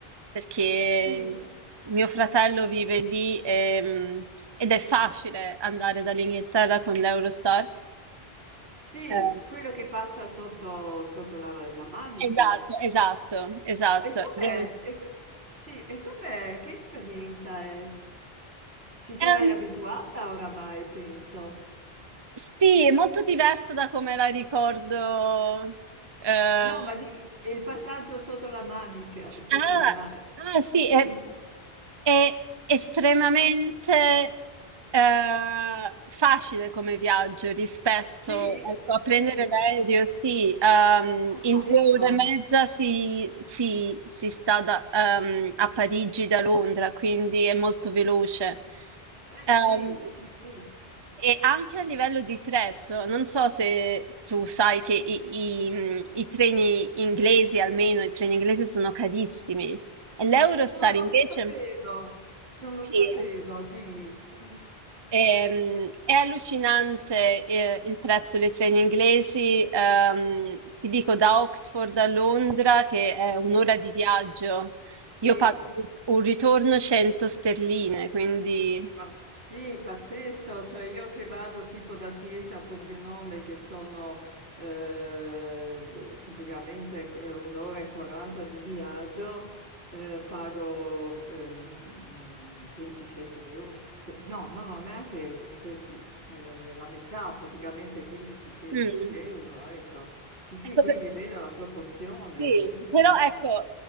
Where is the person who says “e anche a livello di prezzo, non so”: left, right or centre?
Right